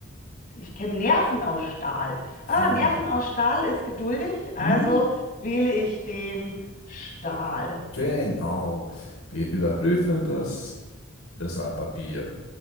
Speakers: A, on the left (about 45°); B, on the left (about 75°).
A: ich kenne Nerven aus Stahl. Ah,
B: Ja,
A: Nerven aus Stahl ist geduldig, also
B: mhm.
A: wähle ich den Stahl.
B: Genau. Wir überprüfen das. Das war Papier.